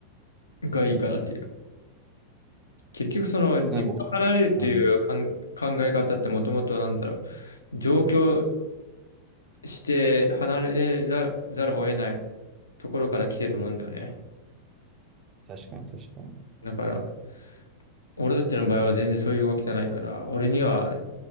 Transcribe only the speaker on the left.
がいいかなっていう。結局その、実家離れるっていうかん考え方ってもともとなんだろ
う、上京して離れざる、ざるを得ないところから来てると思うんだよね。
だから、俺たちの場合は全然そういうわけじゃないから、俺には